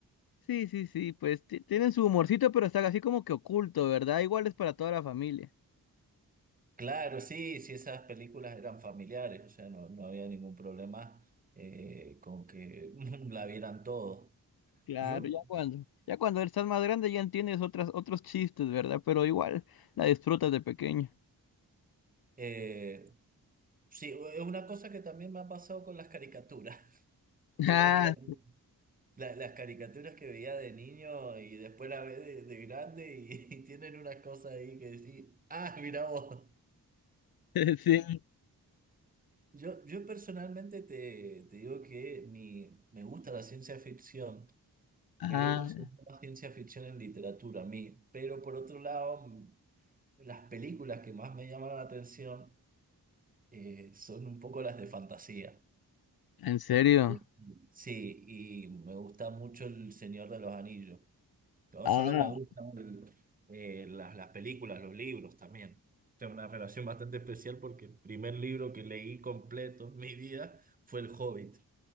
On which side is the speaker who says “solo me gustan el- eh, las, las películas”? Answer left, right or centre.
Right